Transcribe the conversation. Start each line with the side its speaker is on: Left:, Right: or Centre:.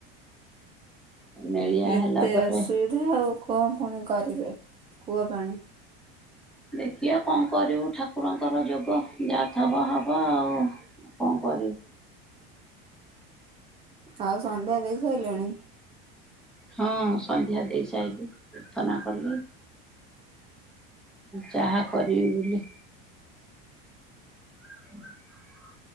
Centre: ନେଳିଆ
Right: ଏତେ
Centre: ହେଲା ପରେ
Right: ଅସୁବିଧା ଆଉ କଣ ପୁଣି କରିବି କୂଅ ପାଣି।
Centre: ଦେଖିବା କଣ କରିବୁ ଠାକୁରଙ୍କର ଯୋଗ ଯାହା ଧବ ହବ ଆଉ। କଣ କରିବୁ।
Right: ଆଉ ସନ୍ଧ୍ୟା ଦେଇ ସାଇଲଣି।
Centre: ହଁ ସନ୍ଧ୍ୟା ଦେଇ ସାଇଲି। ପ୍ରାର୍ଥନା କଲି। ଚାହା କରିବି ବୋଲି <inaudible>